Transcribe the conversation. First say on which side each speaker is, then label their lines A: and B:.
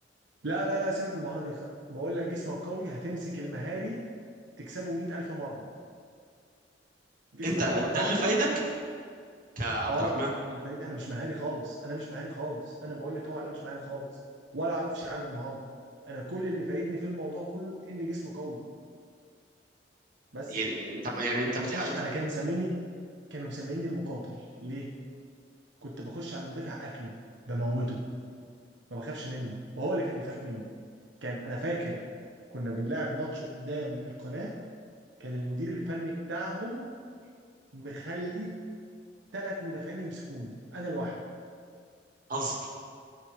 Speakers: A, on the right; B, on the right.
A: لا لا لا سيبك من المهارة دي خ- بقول لك جسمك قوي هتمسك المهاري تكسبه 100000 مرة جسمك
B: انت
A: بقى ضعيف
B: ده اللي فايدك كعبد
A: اه
B: الرحمن
A: اللي فايت انا مش مهاري خالص انا مش مهاري خالص انا بقول لك اهو انا مش مهاري خالص ولا اعرف شيء عن المهارة انا كل اللي فايدني في الموضوع كله ان جسمي قوي بس
B: يعني انت يعني انت بتحقق
A: بخش انا كانوا مسميني كانوا مسميني المقاتل ليه كنت بخش على المدافع اكله بموته ما بخافش منه وهو اللي كان بيخاف مني كان انا فاكر كنا بنلعب ماتش قدام القناة كان المدير الفني بتاعهم مخلي ثلاث مدافعين يمسكوني انا لوحدي
B: هزر